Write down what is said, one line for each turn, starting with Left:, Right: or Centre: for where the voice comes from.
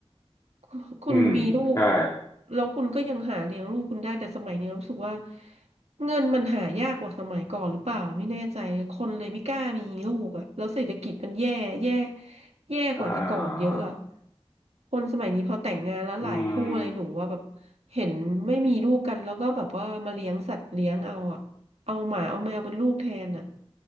Right: คุณคุณมีลูก
Left: อืมใช่
Right: แล้วคุณก็ยังหาเลี้ยงลูกคุณได้แต่สมัยนี้รู้สึกว่าเงินมันหายากกว่าสมัยก่อนหรือเปล่าไม่แน่ใจคนเลยไม่กล้ามีลูกอ่ะแล้วเศรษฐกิจมันแย่แย่แย่กว่าแต่ก่อนเยอะอ่ะ
Left: อ่า
Right: คนสมัยนี้พอแต่งงานแล้วหลายคู่อะไรหนูว่าแบบ
Left: อืม
Right: เห็นไม่มีลูกกันแล้วก็แบบว่ามาเลี้ยงสัตว์เลี้ยงเอาอ่ะเอาหมาเอาแมวเป็นลูกแทนอ่ะ